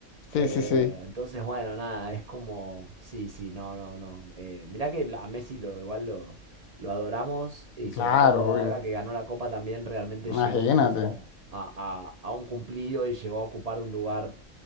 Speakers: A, on the right; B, on the left.
A: Eh,
B: Sí, sí, sí.
A: entonces, bueno, nada, es como, sí, sí, no, no, no. Eh, mirá que a Messi lo, igual lo, lo adoramos y sobre
B: Claro,
A: todo
B: obvio.
A: ahora que ganó la Copa también realmente
B: Imagínate.
A: llegó como a, a- a un cumplido y llegó a ocupar un lugar